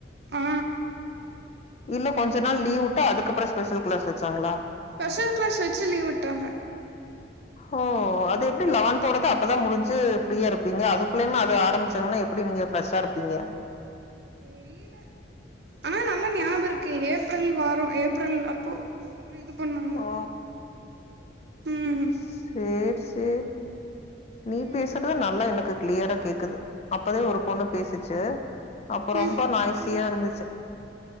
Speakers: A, on the right; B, on the left.
A: ஆ
B: இல்ல கொஞ்ச நாள் லீவ் வுட்டு அதுக்கப்புற ஸ்பெஷல் கிளாஸ் வச்சாங்களா
A: ஸ்பெஷல் கிளாஸ் வச்சு லீவ் விட்டாங்க
B: ஓ அது எப்படி லெவன்த்தோடது அப்பதா முடிஞ்சு ஃப்ரீயா இருப்பீங்க அதுக்குள்ளைமே அது ஆரம்பிச்சங்கன்னா எப்டி நீங்க ஃப்ரெஷ்ஷா இருப்பீங்க
A: தெரியில ஆனா நல்லா ஞாப இருக்கு ஏப்ரல் வாரோ ஏப்ரல் அப்போ ஒரு இது பண்ணாங்க
B: ஓ!
A: ம்
B: சேரி சேரி நீ
A: ம்
B: பேசுறது நல்லா எனக்கு கிளியரா கேக்குது அப்பதே ஒரு பொண்ணு பேசுச்சு அப்ப
A: ம்
B: ரொம்ப நாய்ஸியா இருந்துச் சு